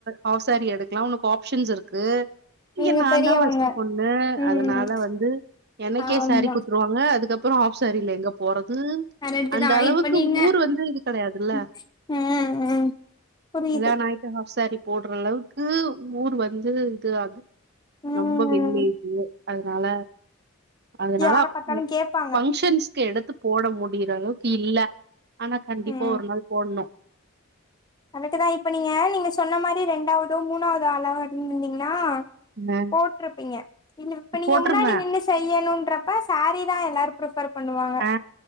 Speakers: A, on the right; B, on the left.
A: ஹாப் சேரி எடுக்கலா உனக்கு ஆப்ஷன்ஸ் இருக்கு இங்க
B: நீங்க
A: நா
B: பெரியவங்க
A: தா ஃபஸ்ட் பொண்ணு
B: ம்
A: அதுனால வந்து எனக்கே
B: ஆமா
A: சேரி குத்துருவா ங்க அதுக்கப்றோ ஹாப் சேரில எங்க போறது
B: கரெக்ட்
A: அந்த
B: தா
A: அளவுக்கு
B: இப்ப நீங்க
A: ஊர் வந்து கெடையாதுல
B: ம் ம் புரியுது
A: கல்யாண ணாய்ட்டு ஹாப் சேரி போடுற அளவுக்கு ஊர் வந்து இது ஆ
B: ம்
A: ரொம்ப வில்லேஜ் அதுனால அதுனால
B: யார பாத்தாலு கேப்பாங்க
A: பங்கஷன்ஸ்கு எடுத்து போட முடியிற அளவுக்கு இல்ல ஆனா கண்டிப்பா
B: ம்
A: ஒரு நாள் போடணு
B: கரெக்டுதா இப்ப நீங்க நீங்க சொன்ன மாரி ரெண்டாவதோ மூணாவது ஆளாவோ இருந்திருந்தீன்னா
A: அ
B: போட்ருப்பீங்க இ இப்ப நீங்க
A: போட்டுருவேன்.
B: முன்னாடி நின்னு ஸ் செய்யணுன்றப்ப சேரி தா எல்லாரு பிரிஃபர் பண்ணுவாங்க
A: ஆ